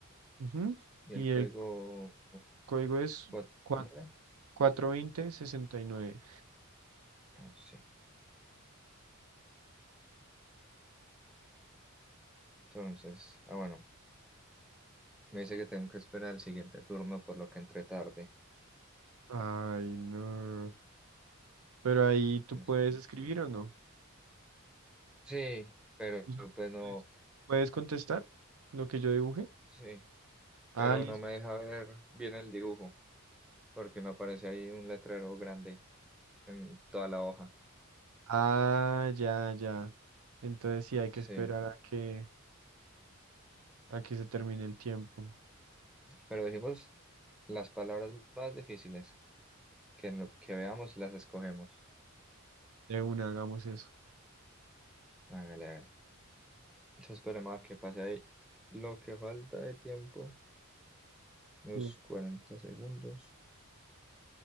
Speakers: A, on the right (about 70°); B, in the centre.
A: Ujú.
B: y
A: Y
B: el código,
A: el código es
B: cua-
A: cua-
B: ¿cómo era?
A: cuatrocientos veinte sesenta y nueve
B: Ah, sí. Entonces, ah, bueno, me dice que tengo que esperar el siguiente turno, por lo que entré tarde.
A: Ay, no. Pero ahí tú puedes
B: Espera.
A: escribir o no.
B: Sí, pero
A: O sea,
B: pues no,
A: ¿puedes, puedes contestar lo que yo dibuje?
B: sí,
A: Ah,
B: pero
A: listo.
B: no me deja ver bien el dibujo, porque me aparece ahí un letrero grande en toda la hoja.
A: Ah, ya, ya. Entonces sí hay que
B: Sí.
A: esperar a que, a que se termine el tiempo.
B: Pero dijimos las palabras más difíciles que, no- que veamos, las escogemos.
A: De una, hagamos eso.
B: Hágale, hágale. Entonces esperemos a que pase ahí lo que falta de tiempo, unos
A: Sí.
B: 40 segundos.